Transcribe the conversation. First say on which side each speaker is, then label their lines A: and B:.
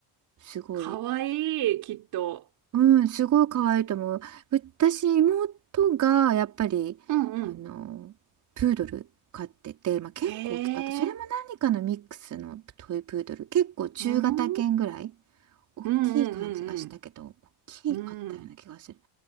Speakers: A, on the right; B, on the right.
A: すごい。
B: かわいい、きっと。
A: うん、すごい可愛いと思う。私、妹がやっぱり、
B: うんうん。
A: あの、プードル飼ってて、まあ、結構大きかった。
B: へ
A: それも何かのミックスのトイプードル。
B: え、
A: 結構中型犬ぐらい。
B: うん。
A: 大きい感じがしたけど、
B: うんうん
A: 大きかったような気がする。
B: うんうん。うん。